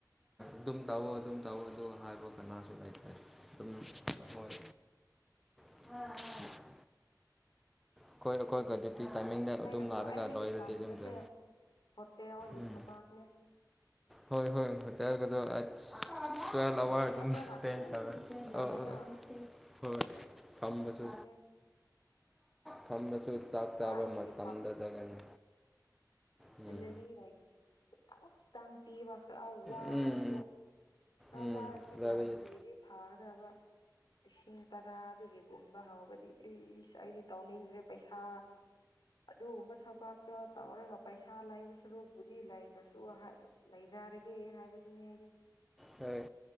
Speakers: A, in the centre; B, on the left.
A: ꯑꯗꯨꯝ ꯇꯧꯑꯣ ꯑꯗꯨꯝ ꯇꯧꯑꯣ ꯑꯗꯣ ꯍꯥꯏꯕ ꯀꯅꯥꯁꯨ ꯂꯩꯇ꯭ꯔꯦ ꯑꯗꯨꯝ ꯍꯣꯏ <unintelligible> ꯑꯈꯣꯏ ꯑꯈꯣꯏ ꯒꯗꯤ ꯁꯤ ꯇꯥꯏꯃꯤꯡꯗ
B: ꯑꯩꯅ
A: ꯑꯗꯨꯝ ꯅꯥꯔꯒ
B: ꯈ꯭ꯋꯥꯏꯗꯒꯤ
A: ꯂꯣꯏꯔꯗꯤ
B: ꯇꯟꯕꯁꯦ
A: ꯑꯗꯨꯝ ꯆꯦ
B: ꯍꯣꯇꯦꯜꯒꯤ
A: ꯎꯝ
B: ꯊꯕꯥꯛꯅꯦ
A: ꯍꯣꯏ ꯍꯣꯏ <unintelligible> <unintelligible>
B: ꯂꯦꯞꯄ꯭ꯔꯒ
A: ꯑꯗꯨꯝ ꯁꯄꯦꯟ
B: ꯑꯗꯨꯝ
A: ꯇꯧꯋꯦ
B: ꯂꯩꯌꯦꯅ
A: ꯑꯑꯑ ꯐꯣꯏ ꯊꯝꯕꯁꯤ
B: ꯑꯗꯨꯅꯦ
A: ꯐꯝꯃꯁꯨ ꯆꯥꯛ
B: ꯈ꯭ꯋꯥꯏꯗꯒꯤ
A: ꯆꯥꯕ ꯃꯇꯝꯗꯗꯒꯅꯤ
B: ꯁꯤꯂꯔꯤꯑꯣꯏ
A: ꯎꯝ
B: ꯈꯤꯇꯥꯪ ꯈꯤꯇꯪ ꯄꯤꯕ ꯈꯔ ꯋꯥꯔꯁꯨ꯫
A: ꯎꯝ
B: ꯈꯔ
A: ꯎꯝ
B: ꯋꯥꯔꯁꯨ
A: ꯂꯥꯏꯔꯤꯛ
B: ꯌꯥꯝ ꯄꯤ ꯔꯤ ꯐꯥꯒꯗꯕ ꯂꯤꯁꯤꯡ ꯇꯔꯥꯗꯒꯤꯒꯨꯝꯕ ꯍꯥꯎꯕꯗꯤ ꯏꯁ ꯑꯩꯗꯤ ꯇꯧꯅꯤꯡꯗ꯭ꯔꯦ ꯄꯩꯁꯥ ꯑꯗꯨꯒꯨꯝꯕ ꯊꯕꯛꯇꯣ ꯇꯧꯔꯒ ꯄꯩꯁꯥ ꯂꯩꯕ ꯁꯔꯨꯛ ꯕꯨꯗꯤ ꯂꯩꯇ꯭ꯔꯁꯨ ꯍꯥ ꯂꯩꯖꯔꯒꯦ ꯍꯥꯏꯕꯗꯨꯅꯦ ꯑꯩꯗꯤ꯫
A: ꯐꯩ